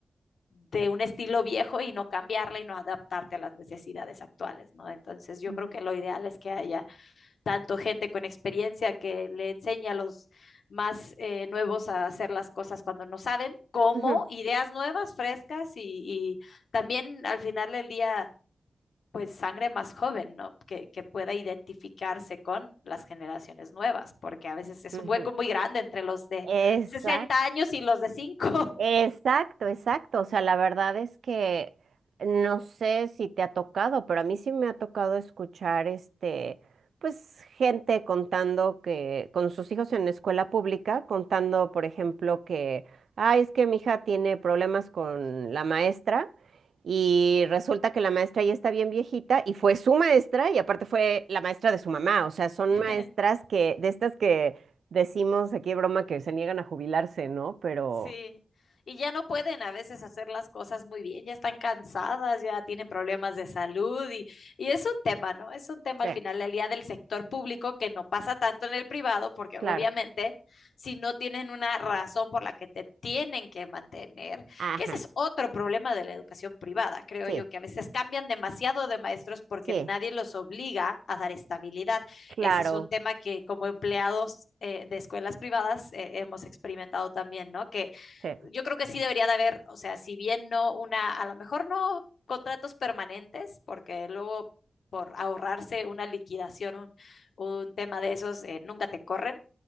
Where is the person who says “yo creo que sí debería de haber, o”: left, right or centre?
Left